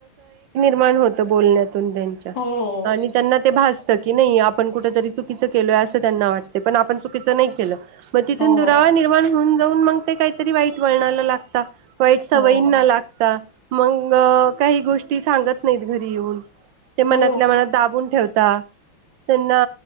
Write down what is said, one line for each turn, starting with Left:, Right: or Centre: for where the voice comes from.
Right: मान होतं बोलण्या त्यां
Left: हो
Right: त्यांना भासत की नाही आपण कुठ तरी चुकीचं केलोय असं त्यांना वाटते पण आपण चुकीचं नाही केलं मग तिथून
Left: हो
Right: दुरावा निर्माण होऊन जान मग ते काहीतरी वाईट वणाला लागत वाईट स
Left: हो
Right: वयीन ना लागता मंग काही गोष्टी सांगत नइत घरी येऊन ते मनातल्या
Left: हो
Right: मनात दाबून ठेवत या त्यांना